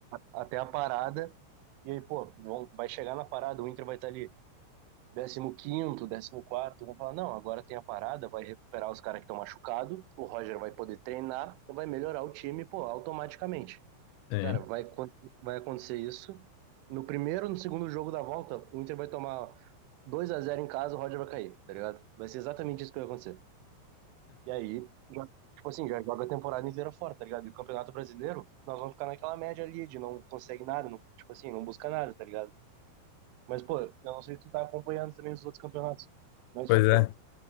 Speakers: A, on the right; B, on the left.
A: até a parada. E aí, pô, vão, vai chegar na parada, o Inter vai estar ali décimo quinto décimo quarto vão falar, não, agora tem a parada, vai recuperar os caras que estão machucados, o Roger vai poder treinar, vai melhorar o time, pô, automaticamente.
B: Sim.
A: Cara, vai, acon- vai acontecer isso. No primeiro, no segundo jogo da volta, o Inter vai tomar 2 a zero em casa, o Roger vai cair, tá ligado? Vai ser exatamente isso que vai acontecer. E aí, já- tipo assim, já joga a temporada inteira fora, tá ligado? E o Campeonato Brasileiro, nós vamos ficar naquela média ali de não consegue nada, não, tipo assim, não busca nada, tá ligado? Mas, pô, eu não sei se tu tá acompanhando também os outros campeonatos, mas,
B: Pois
A: tipo,
B: é.